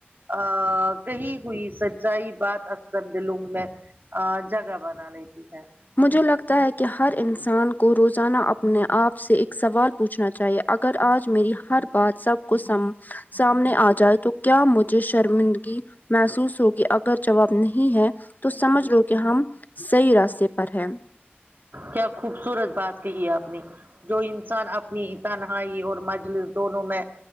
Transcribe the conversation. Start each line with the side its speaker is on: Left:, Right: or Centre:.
Right: ا کہی ہوئی سچائی بات اکثر دلاؤں میں اہ جگہ بنا لیتی ہے
Left: مجھے لگتا ہے کہ ہر انسان کو روزانہ اپنے آپ سے ایک سوال پوچھنا چاہیے اگر آج میری ہر بات سب کو سام سامنے آ جائے تو کیا مجھے شرمند گی محسوس ہوگی اگر جواب نہیں ہے تو سمجھ لو کہ ہم صحیح راستے پر ہے
Right: کیا خوبصورت بات کہی ہے آپ نے جو انسان اپنی تنہائی اور مجلس دونوں میں